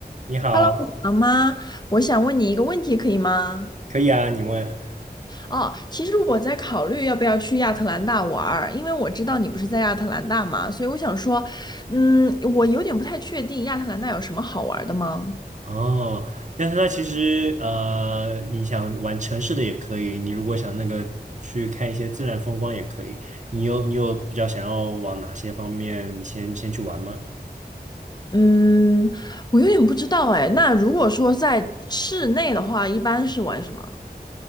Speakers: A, on the right; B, on the left.
A: 你好，
B: Hello，你好吗我想问你一个问题，可以吗？
A: 可以啊，你问。
B: 哦，其实我在考虑要不要去亚特兰大玩儿，因为我知道你不是在亚特兰大嘛，所以我想说，嗯，我有点不太确定亚特兰大有什么好玩儿的吗？
A: 哦，但是它其实呃，你想玩城市的也可以，你如果想那个去看一些自然风光也可以。你有你有比较想要往哪些方面先先去玩吗？
B: 嗯，我有点不知道哎。那如果说在室内的话，一般是玩什么？